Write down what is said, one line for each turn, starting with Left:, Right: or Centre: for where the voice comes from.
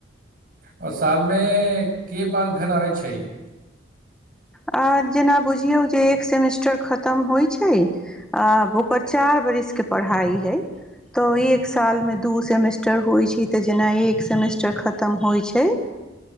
Right: आओ सालमे के बार घर आबैत छै
Centre: आ जेना बुझियौ जे एक सेमेस्टर खतम होइत छै। अ ओकर चार बरिस के पढ़ाई है तऽ एक साल में दू सेमेस् टर होई छै तऽ जेना एक सेमेस्टर खतम हो छै